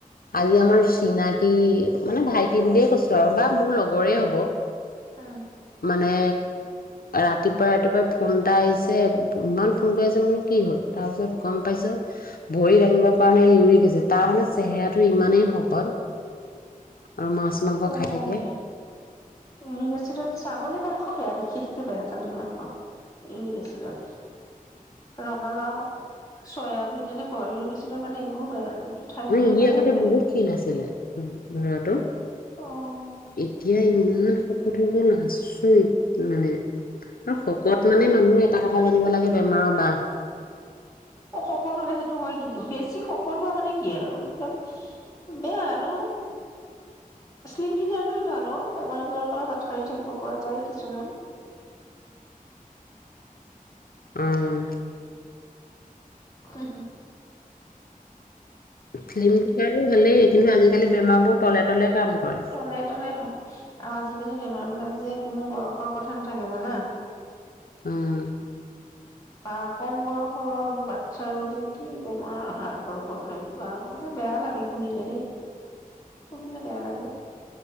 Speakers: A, on the left; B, on the left.
A: আজি আমাৰ চিনাকী মানে ভাইটি বুলিয়ে কৈছো আৰু বা মোৰ লগৰে হব।
B: উম,
A: মানে? ৰাতিপুৱাই ৰাতিপুৱাই ফোন এটা আহিছে ইমান ফোন কৰি আছে। মনে কি হ'ল? তাৰপিছত গম পাইছো ভৰি দাঙিবৰ কাৰণে ইউৰিক এচিড তাৰমানে চেহেৰাটো ইমানেই শকত। আৰু মাছ মাংস
B: অ',
A: খাই থাকে
B: ইউৰিক এচিডত ছাগলী মাংস বেয়া বিশেষকে বেয়া ছাগলী মাংস। ইউৰিক এচিডত ৰঙালাও, চয়াবিন এনেকৈ ইউৰিক এচিডৰ কাৰণে এইবোৰো বেয়া। যিটো থাইৰইডৰ
A: মানে ই
B: কাৰণেও
A: আগতে
B: বেয়া।
A: বহুত ক্ষীণ আছিলে লৰাতটো।
B: অ'।
A: এতিয়া ইমান শকত হৈ গল আচৰিত মানে আৰু শকত মানে মানুহে এটা কথা জানিব লাগে বেমাৰৰ বাহ।
B: অ', শকত হলে সেইটো হয় কিন্তু বেছি শকত হোৱা মানে কি আৰু এইবিলাক বেয়া ন শ্লিম ফিংগাৰটোৱে ভাল অ', বেমাৰ আজাৰৰ পৰা হাত সাৰি থাকিব পৰা যায় কিছুমান।
A: উম
B: হয়
A: ফিল্ম ফিগাৰো ভালেই কিন্তু আজিকালি বেমাৰবোৰ তলে তলে কাম কৰে।
B: তলে তলে হয় আৰু আজিকালি বেমাৰ বিলাক যে কোনো বয়সৰ কথা নাথাকে জানা
A: উম।
B: বা কম বয়সৰ বাচ্ছাৰো যে কি বেমাৰ হাৰ্টৰ প্ৰব্লেম কিবা মানে বেয়া লাগে শুনিলে দেই শুনিলে বেয়া লাগে